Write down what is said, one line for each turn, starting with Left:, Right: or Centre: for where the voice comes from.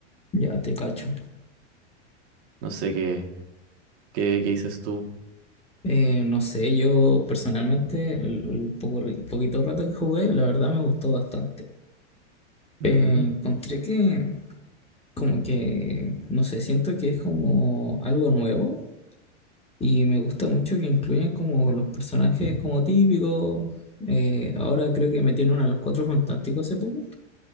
Left: ya te cacho.
Right: No sé qué, qué, qué dices tú.
Left: Eh, no sé, yo personalmente, el, el poco, ri- poquito rato que jugué, la verdad me gustó bastante. Eh,
Right: Mm,
Left: encontré que, como que, no sé, siento que es como algo nuevo y me gusta mucho que incluyan como los personajes como típicos. Eh, ahora creo que metieron a los Cuatro Fantásticos hace poco